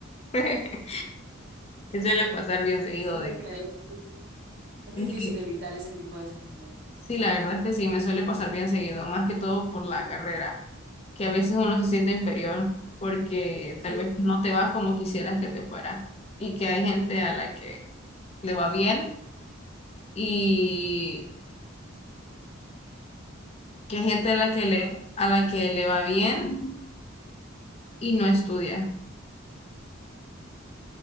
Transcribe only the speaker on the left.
<laughs> Me suele pasar bien seguido
de...
de que-
Sí, la verdad es que sí, me suele pasar bien seguido, más que todo por la carrera. que a veces uno se siente inferior porque
tal
vez
no te va como quisieras que te fuera y que hay gente a la que le va bien y que hay gente a la que
le, a la que le va bien y no estudia.